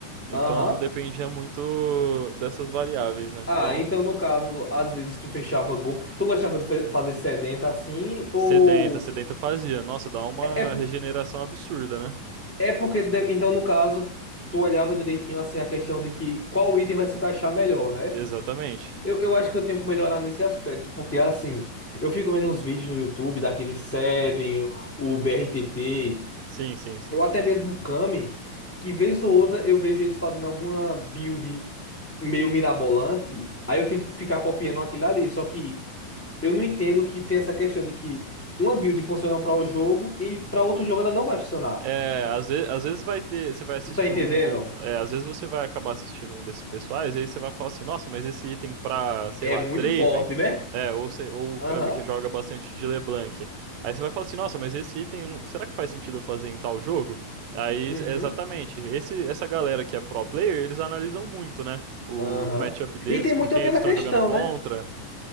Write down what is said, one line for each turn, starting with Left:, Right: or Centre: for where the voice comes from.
Right: Então
Centre: Aham.
Right: dependia muito dessas variáveis, né?
Centre: Ah,
Right: Então,
Centre: então no caso, às vezes tu fechava gol. Tu gostava de fe- fazer sedenta assim? Ou.
Right: sedenta, sedenta eu fazia. Nossa, dá uma
Centre: É, é
Right: regeneração absurda, né?
Centre: é porque, de- então no caso, tu olhava direitinho assim a questão de que qual item vai se encaixar melhor, né?
Right: Exatamente.
Centre: Eu, eu acho que eu tenho que melhorar nesse aspecto, porque assim, eu fico vendo uns vídeos no YouTube daquele Seven, o BRTT,
Right: Sim, sim, sim.
Centre: ou até mesmo o Kami, que vez ou outra eu vejo eles fazendo alguma build meio mirabolante, aí eu tento ficar copiando aquilo ali, só que. eu não entendo que tem essa questão de que uma build funciona para o jogo e para outro jogo ela não vai funcionar.
Right: É, às vezes, às vezes vai ter, você vai assistir
Centre: Tu tá entendendo?
Right: um, um, é, às vezes você vai acabar assistindo um desses pessoais, e aí você vai falar assim, nossa, mas esse item pra, sei
Centre: É
Right: lá,
Centre: muito
Right: Draven,
Centre: forte, né?
Right: é, ou, sei- ou o
Centre: Aham,
Right: Kami que joga bastante de LeBlanc. Aí você vai falar assim, nossa, mas esse item, será que faz sentido eu fazer em tal jogo? Aí,
Centre: uhum,
Right: é exatamente, esse, essa galera que é pro player, eles analisam muito, né? O
Centre: aham.
Right: matchup deles,
Centre: E tem
Right: com
Centre: muito
Right: quem
Centre: aquela
Right: eles estão
Centre: questão,
Right: jogando contra.
Centre: né?